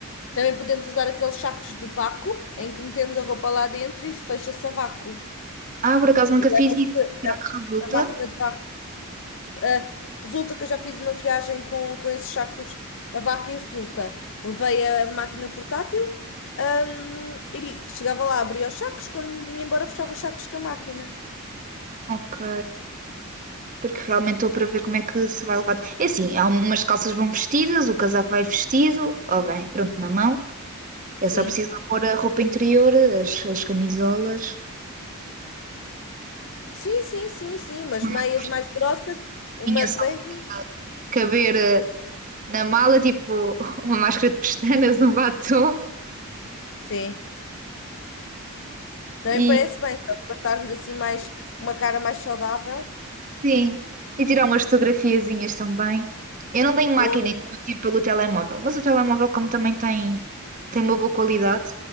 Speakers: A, on the left; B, on the right.
A: Também podemos usar aqueles sacos de vácuo em que metemos a roupa lá dentro e fecha-se a vácuo.
B: Ah, por acaso nunca
A: E
B: fiz
A: leva-se
B: isso. Será que resulta?
A: a, a máquina de vácuo. Ah, resulta que eu já fiz uma viagem com, com esses sacos a vaca e resulta. Levei a máquina portátil, ahm, e chegava lá, abria os sacos, quando me vinha embora, fechava os sacos com a máquina.
B: Ok. Porque realmente estou para ver como é que se vai levar. É assim, há umas calças vão vestidas, o casaco vai vestido, ou bem, pronto, na mão. Eu
A: Sim.
B: só preciso pôr a roupa interior, as, as camisolas,
A: Sim, sim, sim, sim, umas
B: uma
A: meias
B: máscara
A: mais grossas, umas
B: só
A: leggings.
B: para caber eh, na mala, tipo <laughs> uma máscara de pestanas, um batom
A: Sim, também
B: e
A: parece bem, só para estarmos assim mais, uma cara mais saudável.
B: sim, e tirar umas fotografiazinhas também. Eu não tenho máquina,
A: Claro,
B: então eu tiro pelo telemóvel, mas o telemóvel, como também tem, tem uma boa qualidade,